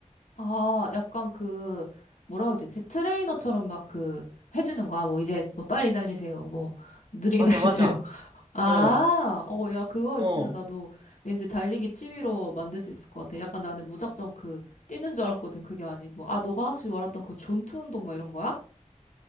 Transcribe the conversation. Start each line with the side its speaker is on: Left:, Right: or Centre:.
Left: 아, 약간 그, 뭐라고 해야 되지? 트레이너처럼 막 그, 해주는 거야. 뭐 이제 뭐 빨리 달리세요. 뭐 느리게
Right: 맞아,
Left: <laughs> 달리세요.
Right: 맞아.
Left: 아,
Right: 어,
Left: 어, 야, 그거
Right: 어.
Left: 있으면 나도 왠지 달리기 취미로 만들 수 있을 것 같아. 약간 나는 무작정 그, 뛰는 줄 알았거든. 그게 아니고. 아, 너가 확실히 말했던 그 존투 운동 막 이런 거야?